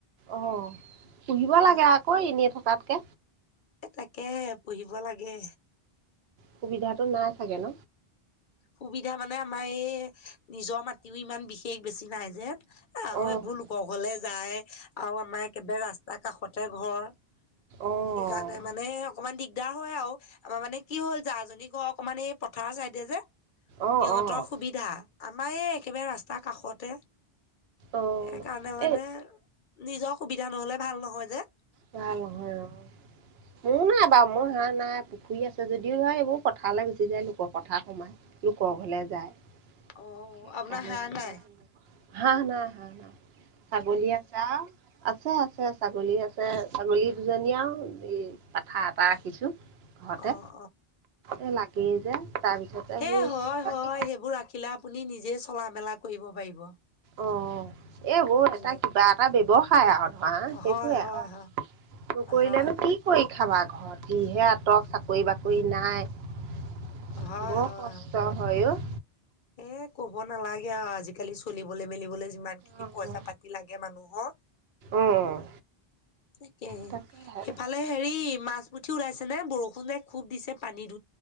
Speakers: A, on the right; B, on the left.
A: অঁ পুহিব
B: অ
A: লাগে আকৌ এনেই থকাতকে।
B: এ তাকেহে পুহিব লাগে।
A: সুবিধাটো নাই চাগে ন?
B: সুবিধা মানে আমাৰ এই নিজৰ মাটিও ইমান বিশেষ বেছি নাই যে। এই আৰু
A: অ',
B: এইবোৰ লোক ঘৰলে যায় আৰু আমাৰ একেবাৰে ৰাস্তা কাষতে ঘৰ।
A: অ',
B: সেইকাৰণে মানে এই অকণমান দিগদাৰ হয় আও আমাৰ মানে কি হ'ল জা - জাজনী ঘৰ অকনমান এই পথাৰৰ চাইদে যে
A: অ',
B: সিহঁতৰ
A: অ',
B: সুবিধা আমাৰ এই একেবাৰে ৰাস্তাৰ কাষতে।
A: আহ
B: সেইকাৰণে মানে
A: এ-
B: নিজৰ সুবিধা নহলে ভাল নহয় যে।
A: ভাল নহয় অ'। মোৰ নাই বাৰু মই হাঁহ নাই পুখুৰী আছে যদিও ধৰ এইবোৰ পথাৰলৈ গুচি যায় লোকৰ পথাৰ সোমাই। লোকৰ ঘৰলে যায়
B: অ'
A: সেইকাৰণে
B: আপোনাৰ
A: হাঁহ
B: নাই
A: - হা হা হা, ছাগলী আছে আও আছেআছে ছাগলী আছ- এ ছাগলী দুজনী আৰু এই পাঠা এটা ৰাখিছোঁ। ঘৰতে,
B: অ'
A: এই লাগেই যে। তাৰপিছতে
B: সে
A: সেই
B: হয়-হয়
A: বাকী
B: সেইবোৰ ৰাখিলে আপুনি নিজে চলা-মেলা কৰিব পাৰিব।
A: অ এইবোৰ
B: বেলেগ
A: এটা কিবা এটা ব্যৱসায় আৰু ধৰা সেইবোৰে
B: হয় হয়
A: আও।
B: হয়
A: নকৰিলেনো
B: হয়
A: কি কৰি খাবা ঘৰত যিহে আঁতৰ চাকৰি-বাকৰি নাই।
B: হয়
A: বৰ
B: হয়
A: কষ্ট
B: হয়।
A: হয় ঔ।
B: এ ক'ব নালাগে আও আজিকালি চলিবলৈ-মেলিবলৈ - যিমানখিনি
A: অ',
B: পইচা পাতি লাগে মানুহক।
A: অ',
B: তাকেহে
A: তাকেহে।
B: সিইফালে হেৰি মাছ পুঠি ওলাইছে নে বৰষুণে খুব দিছে পানী -